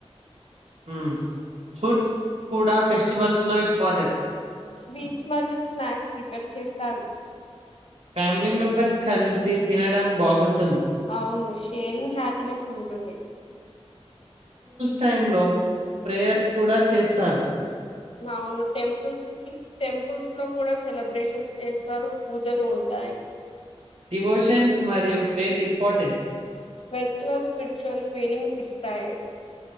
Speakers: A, on the right (about 75°); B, on the left (about 65°).
A: ఉమ్ ఫ్రూట్స్ కూడా ఫెస్టివల్స్ లో ఇంపార్టెంట్
B: స్వీట్స్ మరియు స్నాక్స్ ప్రిపేర్ చేస్తారు
A: ఫ్యామిలీ మెంబర్స్ కలిసి తినడం బాగున్
B: అవును షేరింగ్ హ్యాపీనెస్ ఉంటుంది
A: టైం లో ప్రేయర్ కూడ చేస్తారు
B: అవును టెంపుల్స్కి టెం పుల్స్ లో కూడ సెలబ్రేషన్స్ చేస్తారు పూజలు ఉంటాయి
A: డివోషన్స్ మరియు faith important
B: festivals spiritual feeling ఇస్తాయి